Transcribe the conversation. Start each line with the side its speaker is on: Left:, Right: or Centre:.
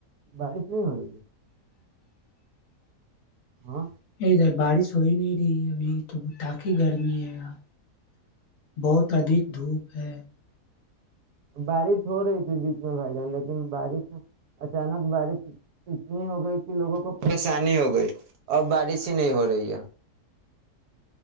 Right: بارش نہیں ہو رہیی <unintelligible> ہاں <inaudible>
Left: ادھر بارش ہو ہی نہیں رہی ابھی تو تقی گرمی ہے <unintelligible> بہت ادھک دھوپ ہے <unintelligible>
Right: بارش ہو رہی تھی بیچ میں بھائی جان لیکن بارش اچانک بارش اتنی ہو گئی کہ لوگوں کو پریشانی ہو گئی اب بارش ہی نہیں ہو رہی ہے